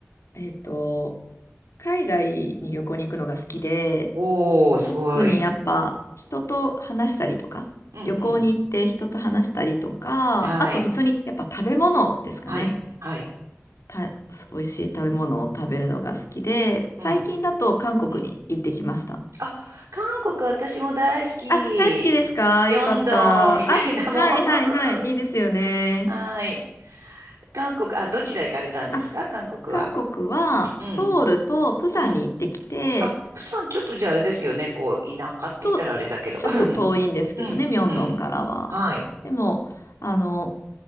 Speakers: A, on the left; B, on the right.
A: えっと、海外に旅行に行くのが好きで、
B: おー、すごい。
A: 特にやっぱ人と話したりとか、
B: うんうん。
A: 旅行に行って人と話したりとか、
B: はい。
A: あと普通にやっぱ食べ物ですかね。
B: はい。はい。
A: た、美味しい食べ物を食べるのが好きで、最近だと韓国に行ってきました。
B: うん。うん。あ、韓国私も大好き。
A: あ、大好きですかよかった。
B: ミョンドンみたいなもう
A: あ、はいはいはい。
B: <laughs>
A: いいですよね。
B: はい。韓国、あ、どちら行かれたんですか韓国は。
A: あ、韓国はソウルとプサンに行ってきて、
B: うん。うん。あ、プサンちょっとじゃああれですよね。こう、田舎って言ったらあれだけど。
A: そう、ちょっと遠いんですけどね、
B: <laughs> うん。
A: ミョンドンからは。
B: うん。はい。
A: でも、あの、